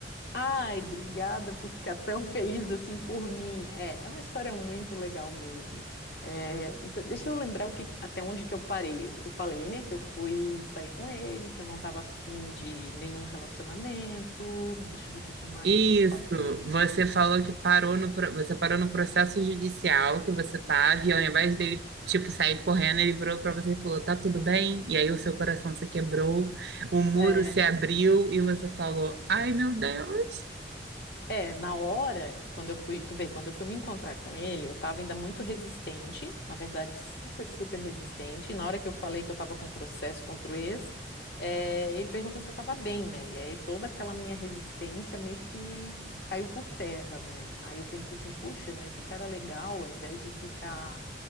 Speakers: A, on the left; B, on the right.
A: Ai, obrigada por ficar tão feliz assim por mim. É, é uma história muito legal mesmo. É, então, deixa eu lembrar o que, até onde que eu parei. Eu, eu falei, né, que eu fui sair com ele, que eu não estava afim de nenhum relacionamento. Deixa eu ver o que, que mais
B: Isso,
A: que eu falei.
B: você falou que parou no, pro- você parou no processo judicial que você tava, e ao invés dele, tipo, sair correndo, ele virou pra você e falou, tá tudo bem? E aí o seu coração se quebrou, o muro
A: É,
B: se abriu e você falou, ai, meu Deus.
A: É, na hora, quando eu fui, tu vê, quando eu fui me encontrar com ele, eu tava ainda muito resistente, na verdade, super, super resistente. E na hora que eu falei que eu tava com um processo contra o ex, eh, ele perguntou se eu tava bem, né? E aí toda aquela minha resistência meio que caiu por terra, né? Aí eu pensei assim, puxa, né? Que cara legal, ao invés de ficar,